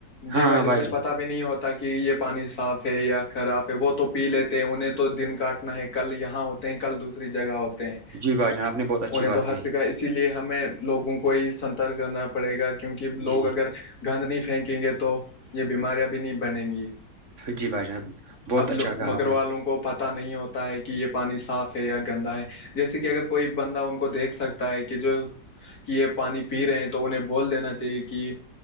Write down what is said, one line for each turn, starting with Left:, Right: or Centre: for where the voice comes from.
Left: جی
Right: ہاں
Left: بھائی
Right: ہاں
Left: ج انہیں
Right: جان
Left: پتا بھی نہیں ہوتا کہ یہ پانی صاف ہے یا خراب ہے وہ تو پی لیتے ہیں انہیں تو دن کاٹنا ہے کل یہاں ہوتے ہیں کل دوسری جگہ ہوتے ہیں
Right: جی بھائی جان آپ نے بہت اچھی
Left: انہیں
Right: بات
Left: تو ہر
Right: کہی
Left: جگہ اس اسی لیے ہمیں لوگوں کو یہ سترک کرنا پڑے گا کیونکہ لوگ
Right: جی
Left: اگر گند نہیں پھینکیں گے تو یہ بیماریاں بھی نہیں بنیں گی
Right: جی بھائی جان بہت
Left: اب
Right: اچھا کہا
Left: بکر
Right: اپ
Left: والوں
Right: نے
Left: کو پتہ نہیں ہوتا ہے کہ یہ پانی صاف ہے یا گندا ہے جیسے کہ اگر کوئی بندہ ان کو دیکھ سکتا ہے کہ جو کہ یہ پانی پی رہے ہیں تو انہیں بول دینا چاہیے کہ